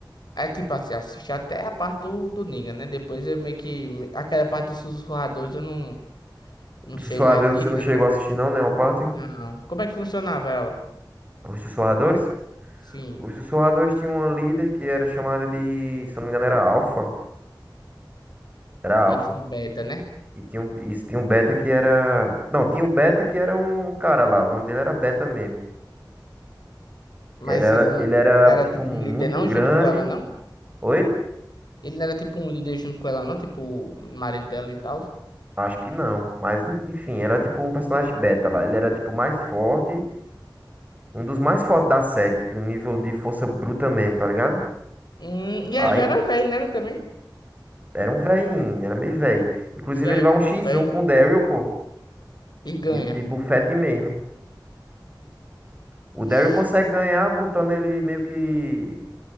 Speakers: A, on the left (about 65°); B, on the right (about 20°).
A: É tipo assim, assisti até a parte do, do Negan, né? Depois eu meio que. Aquela parte dos sussurradores eu não, não
B: Os
A: sei
B: Sussurradores
A: mais de
B: você não
A: nada.
B: chegou a assistir não, nenhuma parte?
A: Não. Como é que funcionava ela?
B: Os Sussurradores?
A: Sim.
B: Os Sussurradores tinham uma líder que era chamada de, se eu não me engano, era Alpha. Era
A: E
B: Alpha.
A: tinha um beta, né?
B: E tinha um, e tinha um Beta que era... Não, tinha um Beta que era um cara lá, o nome dele era Beta mesmo.
A: Mas
B: Ele era,
A: ele não,
B: ele era
A: não era
B: tipo,
A: tipo
B: muito
A: um líder, não,
B: grande.
A: junto com ela, não?
B: Oi?
A: Ele não era tipo um líder junto com ela, não? Tipo, o marido dela e tal.
B: Acho que não. Mas, enfim, era tipo um personagem beta lá. Ele era tipo mais forte. Um dos mais fortes da série. Tipo, um nível de força bruta mesmo, tá ligado?
A: Hum, e
B: Aí
A: ele já era velho, né? também.
B: era um velhinho, era meio velho. Inclusive,
A: Diga aí,
B: ele vai
A: o cabo
B: um X1
A: velho
B: com o Daryl, pô.
A: e ganha.
B: De, de bufete mesmo. O Daryl
A: Ixi,
B: consegue ganhar botando ele meio que